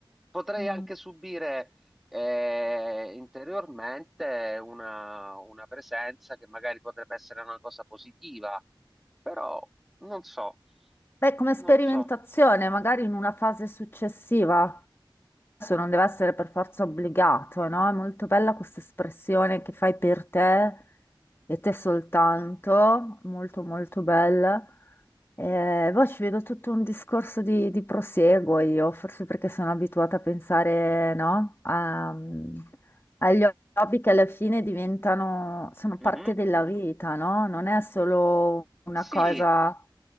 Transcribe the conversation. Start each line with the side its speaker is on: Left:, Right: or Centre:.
Centre: Potrei
Left: Mm.
Centre: anche subire eh, interiormente una, una presenza che magari potrebbe essere una cosa positiva, però non so,
Left: Beh, come
Centre: non
Left: sperimentazione,
Centre: so.
Left: magari in una fase successiva, adesso non deve essere per forza obbligato, no? È molto bella questa espressione che fai per te e te soltanto, molto molto bella. E poi ci vedo tutto un discorso di, di prosieguo io, forse perché sono abituata a pensare, no? A- mm, agli hobby che alla fine diventano, sono parte
Centre: Mhm.
Left: della vita, no? Non è solo una
Centre: Sì,
Left: cosa,